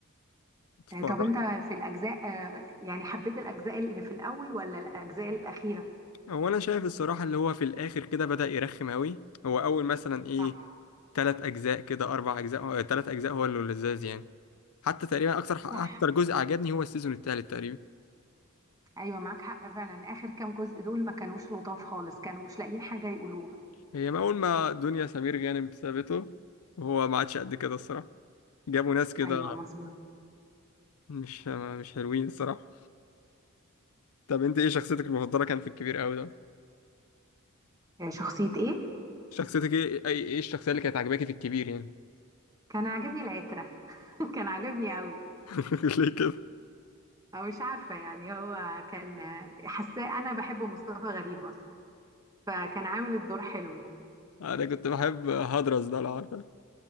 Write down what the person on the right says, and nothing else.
آه، طب انت في الاجزاء آه، يعني حبيت الاجزاء اللي في الاول ولا الاجزاء الاخيره
صح
صح
ايوه معاك حق فعلا اخر كام جزء دول ما كانوش لطاف خالص كانوا مش لاقيين حاجه يقولوها
ايوه مظبوط
آه، شخصيه ايه
كان عاجبني العتره <laughs> كان عاجبني قوي
او مش عارفه يعني هو كان آه، حاساه انا بحب مصطفى غريب اصلا فكان عامل الدور حلو يعني